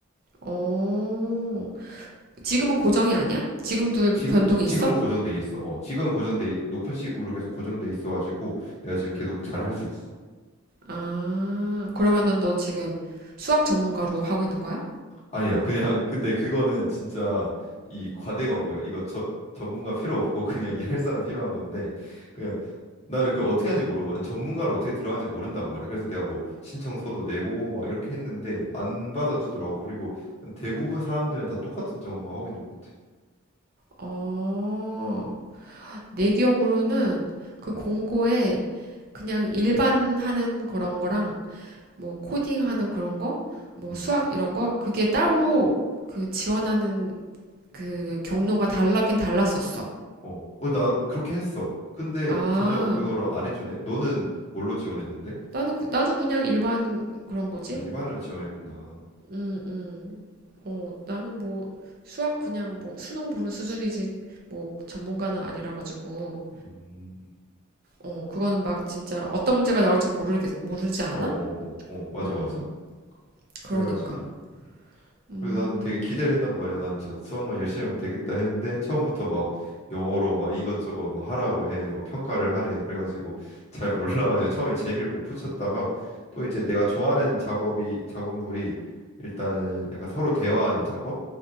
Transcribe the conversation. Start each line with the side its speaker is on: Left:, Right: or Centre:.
Right: 어. 지금은 고정이 아니야? 지금도
Left: 지금
Right: 변동이
Left: 지금은
Right: 있어?
Left: 고정돼 있어. 어, 지금은 고정돼 높은 시급으로 계속 고정돼 있어가지고 내가 지금 계속 잘할 수 있어.
Right: 아 그러면은 넌 지금 수학 전문가로 하고 있는 거야?
Left: 아니야, 그냥 <laughs> 근데 그거는 진짜 이
Right: 음.
Left: 과대 광고야. 이거 저 전문가 필요 없고 그냥 <laughs> 일할 사람 필요한 건데 그냥 나는 그 어떻게 하는지 모르거든. 전문가를 어떻게 들어가는지 모른단 말이야. 그래서 내가 뭐 신청서도 내고 막 이렇게 했는데 안 받아주더라고. 그리고 대부분 사람들은 다 똑같은 작업만 하고 있는 것 같아.
Right: 어. 내 기억으로는 그
Left: 음,
Right: 공고에 그냥 일반 하는 그런 거랑 뭐 코딩 하는 그런 거, 뭐
Left: 음,
Right: 수학 이런 거 그게 따로 그 지원하는 그 경로가 달라긴 달랐었어.
Left: 어, 어, 나 그렇게 했어. 근데
Right: 아,
Left: 전혀 그거를 안 해주네. 너는 뭘로 지원했는데?
Right: 나는 그- 나도 그냥 일반 그런 거지.
Left: 아, 일반을 지원했구나.
Right: 음, 음. 어, 나는 뭐 수학 그냥 뭐 수능 보는 수준이지 뭐 전문가는 아니라 가지고
Left: 음,
Right: 어, 그거는 막 진짜 어떤 문제가 나올지 모르겠 모르지 않아?
Left: 어, 어, 어, 어, 맞아,
Right: 음.
Left: 맞아.
Right: 그러니까.
Left: 그래가지고.
Right: 음,
Left: 그래서 나는 되게 기대를 했단 말이야. 난 진짜 수학만 열심히 하면 되겠다 했는데 처음부터 막 영어로 막 이것저것 막 하라고 해. 막 평가를 하래. 그래가지고 잘 몰라가지고 처음에 재미를 못 붙였다가 또 이제 내가 좋아하는 작업이 작업물이 일단은 약간 서로 대화하는 작업?